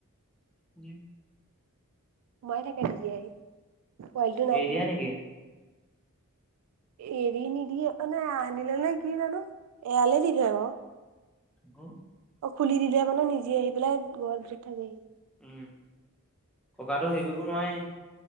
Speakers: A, in the centre; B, on the right.
A: উম।
B: সোমাই থাকে নিজে আহি পোৱালটো নাই
A: এৰি
B: নহয়।
A: দিয়া নেকি?
B: এৰি নিদিয়ে অ নাই আনিল নে কি জানো এয়ালে দি থয় বাৰু।
A: হ।
B: অ খুলি দিলে মানে নিজে আহি পেলাই ঘৰৰ ভিতৰত থাকেহি।
A: উম ককাটো হেৰি কৰিব নোৱায়ে।